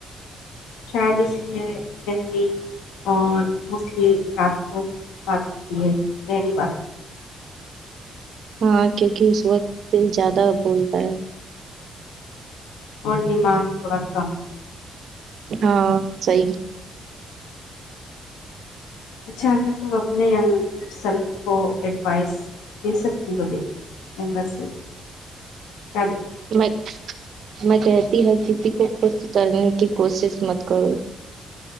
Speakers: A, on the left; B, on the right.
A: شاید اس لیے گہری اور موسٹلی رات کو بات ہوتی ہے گہری بات ہوتی ہے
B: ہاں کیونکہ اس وقت دل زیادہ بولتا ہے
A: اوردی م اڑکم
B: ہاں صی
A: اچھا اگر تم اپنے ینگر سیلف کو ایڈوائس دے سکتی ہو ینگر سیلف کو
B: میں میں کہتی ہ کسی کو خود ستارنے کی کوشش مت کرو